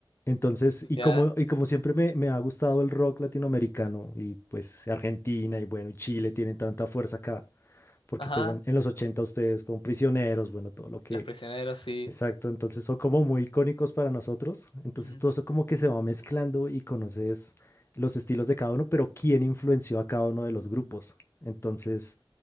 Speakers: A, on the left; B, on the left.
A: Entonces, y
B: ya,
A: como, y como siempre me, me ha gustado el rock latinoamericano y pues Argentina y bueno, y Chile tienen tanta fuerza acá, porque
B: ajá,
A: pues en, en los 80 ustedes con Prisioneros, bueno, todo lo que
B: los prisioneros, sí.
A: Exacto, entonces son como muy icónicos para nosotros. Entonces
B: Ujú.
A: todo eso como que se va mezclando y conoces los estilos de cada uno, pero quién influenció a cada uno de los grupos. Entonces